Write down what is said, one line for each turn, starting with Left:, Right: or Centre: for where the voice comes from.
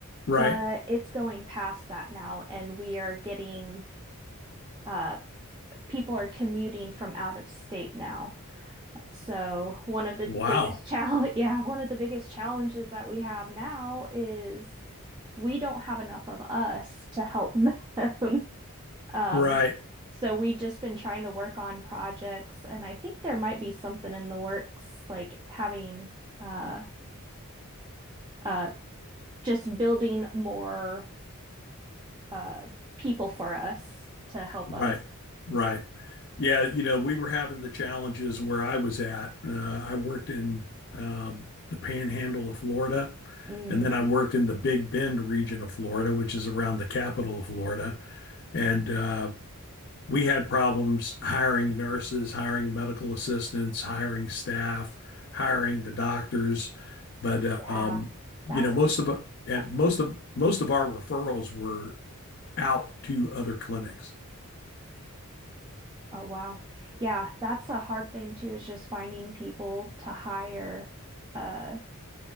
Left: Right.
Right: but it's going past that now, and we are getting uh people are commuting from out of state now. So one of the
Left: Wow.
Right: biggest challenge, <laughs> yeah, one of the biggest challenges that we have now is we don't have enough of us to help them. <laughs> Um,
Left: Right.
Right: so we've just been trying to work on projects, and I think there might be something in the works, like having uh uh just building more uh people for us to help
Left: Right.
Right: us.
Left: Right. Yeah. You know, we were having the challenges where I was at. Uh, I worked in um, the panhandle of Florida,
Right: Mhm.
Left: and then I worked in the Big Bend region of Florida, which is around the capital of Florida. And uh, we had problems hiring nurses, hiring medical assistants, hiring staff, hiring the doctors. But, uh,
Right: Yeah,
Left: um, you
Right: that's
Left: know, most
Right: a
Left: of,
Right: fun
Left: uh, and
Right: one.
Left: most of, most of our referrals were out to other clinics.
Right: Oh, wow. Yeah, that's a hard thing too, is just finding people to hire. Uh,